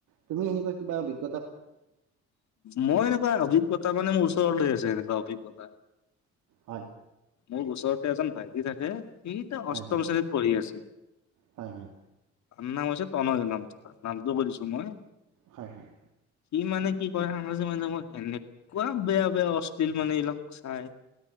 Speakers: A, on the right; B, on the left.
A: তুমি এনেকুৱা কিবা অভিজ্ঞ
B: মই এনেকুৱা অভিজ্ঞতা মানে, মোৰচ চল্ড আছে এনেুৱা অভিজ্ঞত।
A: হয়
B: মোৰ ওচৰতে এজন ভাই তি থাকে সি এতিয়া
A: হয়
B: অষ্টম
A: হয়
B: শ্ৰেণীত পঢ়ি আছে।
A: হয়, হয়।
B: তাৰ নাম আছে তনজ নাম, তাৰ নামটো কৈ দিছোঁ মই।
A: হয়, হয়।
B: সি মানে কি কৰে, সামাজিক মাধ্যমত এনেকুৱা বেয়া বেয়া অশ্লীল মানে এইবিলাক চাই।